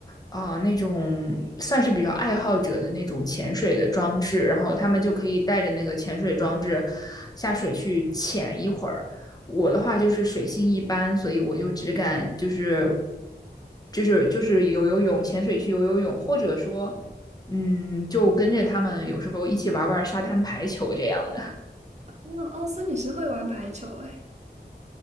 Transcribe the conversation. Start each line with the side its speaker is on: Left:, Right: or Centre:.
Left: 啊、那种算是比较爱好者的那种潜水的装置，然后他们就可以带着那个潜水装置下水去潜一会儿。我的话就是水性一般，所以我就只敢就是就是就是游游泳、潜水去游游泳，或者说，嗯，就跟着他们有时候一起玩玩沙滩排球这样的，
Right: 哦哦，所以你是会玩排球哎